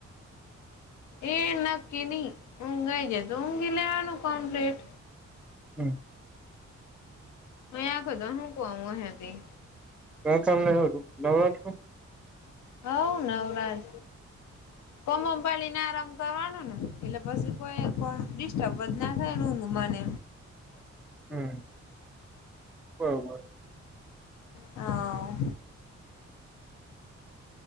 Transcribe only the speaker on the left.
એ નક્કી નહી ઊંઘાઈ જાય તો ઊંઘી લેવાનું કમ્પ્લેટ.
અ આખ તો શૂકવામાં હતી.
હવ નવરાજ કોમમ પાળને આરા. કરવાનું ને એટલે પછી કોઈ ડિસ્ટર્બન્સ ના થાય ઊઘ મને.
હા.